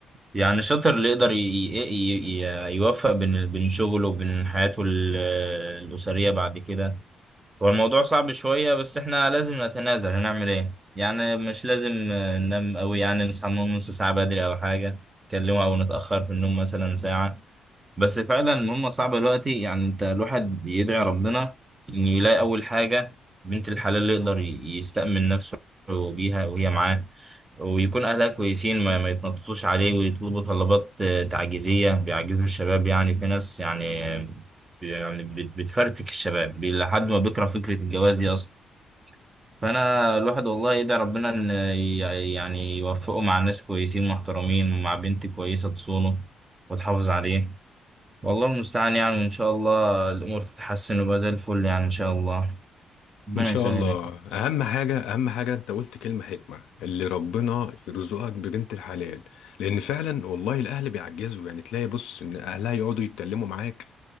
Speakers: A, on the right; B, on the left.
A: يعني الشاطر اللي يقدر ي- ي- ي- ي- يوفق بين بين شغله وبين حياته ال- الأسرية بعد كده هو الموضوع صعب شوية بس احنا لازم نتنازل هنعمل ايه يعني مش لازم آه، ننام قوي يعني نصحى من نص ساعة بدري او حاجة نكلمه او نتأخر في النوم مثلا ساعة بس فعلا المهمة صعبة دلوقتي يعني انت الواحد بيدعي ربنا انه يلاقي اول حاجة بنت الحلال اللي يقدر ي- يستأمن نفسه بيها وهي معاه ويكون اهلها كويسين ما, ما يتنططوش عليه ويطلبوا طلبات آه، تعجيزية بيعجزوا الشباب يعني في ناس يعني آه، يعني بت- بتفرتك الشباب بي- لحد ما بيكره فكرة الجواز دي اصلا فانا الواحد والله يدعي ربنا ان ي- يعني يوفقه مع ناس كويسين محترمين ومع بنت كويسة تصونه وتحافظ عليه والله المستعان يعني وإن شاء الله الأمور تتحسن ويبقى زي الفل يعني إن شاء الله ربنا
B: ان شاء
A: يسهل
B: الله
A: يعني
B: اهم حاجه اهم حاجه انت قلت كلمه حكمه اللي ربنا يرزقك ببنت الحلال لان فعلا والله الاهل بيعجزوا يعني تلاقي بص ان اهلها يقعدوا يتكلموا معاك